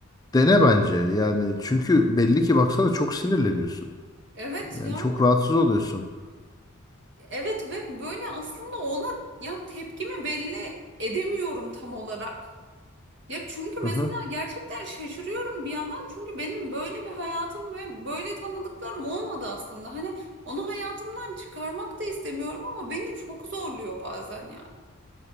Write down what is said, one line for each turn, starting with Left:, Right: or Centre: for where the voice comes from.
Left: Dene bence yani çünkü belli ki baksana çok sinirleniyorsun.
Right: Evet
Left: Yani
Right: yani
Left: çok rahatsız oluyorsun.
Right: evet ve böyle aslında ona ya tepkimi belli edemiyorum tam olarak. Ya çünkü
Left: Hı
Right: mesela
Left: hı.
Right: gerçekten şaşırıyorum bir yandan çünkü benim böyle bir hayatım ve böyle tanıdıklarım olmadı aslında. Hani onu hayatımdan çıkarmak da istemiyorum ama beni çok zorluyor bazen yani.